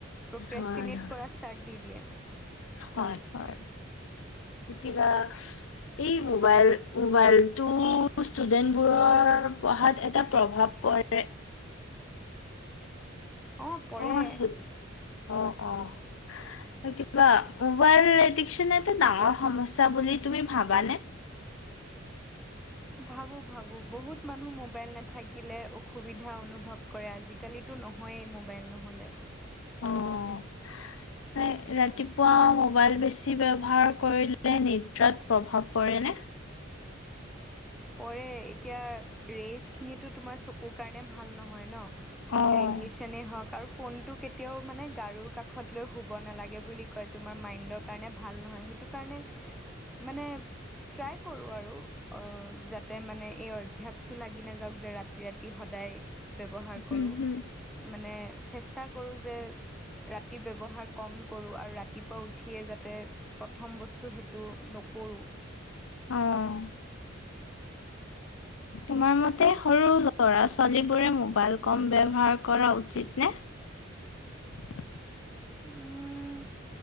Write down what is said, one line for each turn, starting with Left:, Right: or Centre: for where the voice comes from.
Centre: <unintelligible>
Left: হয়,
Centre: কৰা ষ্টাৰ্ট দি। দিয়ে
Left: হয় হয়। কিবা এই মোবাইল মবাইলটো ষ্টুডেন্ট বোৰৰ পঢ়াত এটা প্ৰভাৱ পৰে।
Centre: অঁ পঢ়ে
Left: অ' সুধে। অ' অ'। কিবা মবাইল এডিকচন এটা ডাঙৰ সমস্যা বুলি তুমি ভাবানে?
Centre: ভাবো ভাবো, বহুত মানুহ মোবাইল নাথাকিলে অসুবিধা অনুভৱ কৰে আজিকালিতো। টো নহয়েই মোবাইল নহ'লে।
Left: অ। <unintelligible> ৰাতিপুৱা মবাইল বেছি ব্যৱহাৰ কৰিলে নিদ্ৰাত প্ৰভাৱ পৰে নে? <inaudible>
Centre: পৰে, এতিয়া ৰেইজ খিনিটো তোমাৰ চকুৰ কাৰণে ভাল নহয় ন'।
Left: অ',
Centre: ৰেডিয়েচনে হওঁক আৰু ফোনটো কেতিয়াও মানে গাৰুৰ কাষ ত লৈ শুব নালাগে বুলি কয়, তোমাৰ মাইণ্ডৰ কাৰণে ভাল নহয় সেইটো কাৰণে মানে ট্ৰাই কৰো আৰু। অ', যাতে মানে এই অভ্যাসটো লাগি নাযাওক যে ৰাতি ৰাতি সদায় ব্যৱহাৰ
Left: হুম
Centre: কৰোঁ
Left: হুম
Centre: মানে চেষ্টা কৰোঁ যে ৰাতি ব্যৱহাৰ কম কৰোঁ আৰু ৰাতিপুৱা উঠিয়ে যাতে প্ৰথম বস্তু সেইটো নক কৰো।
Left: অ। <unintelligible> তোমাৰ মতে সৰু ল'ৰা-ছোৱালীবোৰে মোবাইল কম ব্যৱহাৰ কৰা উচিত নে? <inaudible>
Centre: উম